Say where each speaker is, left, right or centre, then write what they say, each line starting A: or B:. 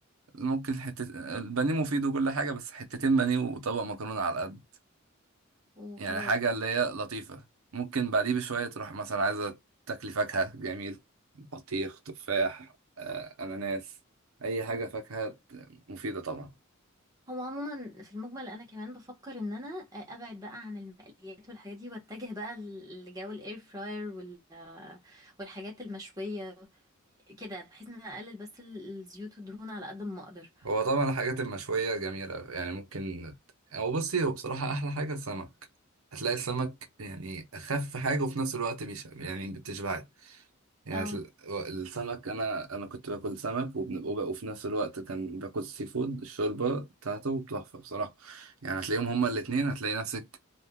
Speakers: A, on the right (about 85°); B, on the right (about 15°).
A: ممكن حتة البانيه مفيد وكل حاجة بس حتتين بانيه وطبق مكرونة على القد
B: وخلاص
A: يعني حاجة اللي هي لطيفة ممكن بعديه بشوية تروح مثلا عايزة تاكلي فاكهة جميل بطيخ تفاح آه، أناناس أي حاجة فاكهة مفيدة طبعا
B: هو عموما في المجمل انا كمان بفكر ان انا ابعد بقى عن المقليات والحاجات دي واتجه بقى لجو الاير فراير وال... والحاجات المشويه كده بحيث ان انا اقلل بس ال- الزيوت والدهون على قد ما اقدر
A: هو طبعا الحاجات المشوية جميلة يعني ممكن هو بصي هو بصراحة أحلى حاجة السمك هتلاقي السمك يعني أخف حاجة وفي نفس الوقت بيش يعني بتشبعك يعني
B: اه
A: ال- السمك انا انا كنت باكل سمك وبن- وب- وفي نفس الوقت كان باكل سي فود الشوربه بتاعته تحفه بصراحه يعني هتلاقيهم هما الاتنين هتلاقي نفسك